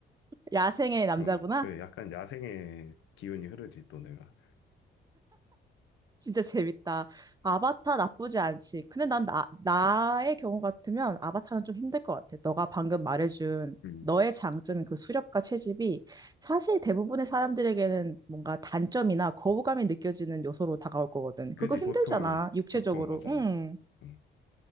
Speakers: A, on the right; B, on the left.
A: 야생의 남자구나.
B: 어, 그 약간 야생의 기운이 흐르지 또 내가.
A: 진짜 재밌다. 아바타 나쁘지 않지. 근데 난 나, 나의 경우 같으면 아바타는 좀 힘들 것 같아. 너가 방금 말해준
B: 음.
A: 너의 장점인 그 수렵과 채집이 사실 대부분의 사람들에게는 뭔가 단점이나 거부감이 느껴지는 요소로 다가올 거거든.
B: 그지,
A: 그거 힘들잖아,
B: 보통은,
A: 육체적으로.
B: 보통 맞아.
A: 응.
B: 음.